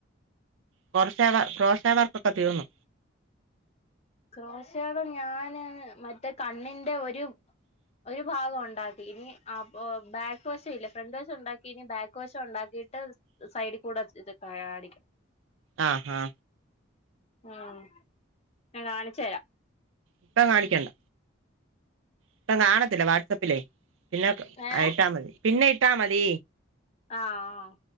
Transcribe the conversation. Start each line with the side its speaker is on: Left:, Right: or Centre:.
Right: <unintelligible> വർക്കൊക്കെ തീർന്നു
Left: ക്രോശക ഞാന് മറ്റേ കണ്ണിന്റെ ഒരു ഒരു ഭാഗം ഉണ്ടാക്കി ഇനി അപ്പൊ ബാക്ക് വഷെല്ലേ ഫ്രണ്ട് വഷൊണ്ടാക്കി ഇനി ബാക്ക് വഷൊണ്ടാക്കിട്ട് സൈഡിൽ കൂടെ ട്രയാടിക്
Right: ആഹ് ആഹ്
Left: ആഹ് ഞാ കാണിച്ചരാം
Right: ഇപ്പ കാണിക്കണ്ട ഇപ്പം കാണത്തില്ല വാട്സാപ്പിലേ പിന്നെ ക്
Left: ഏ
Right: ആയിട്ടാ മതി പിന്നെ ട്ടാ മതി
Left: ആഹ്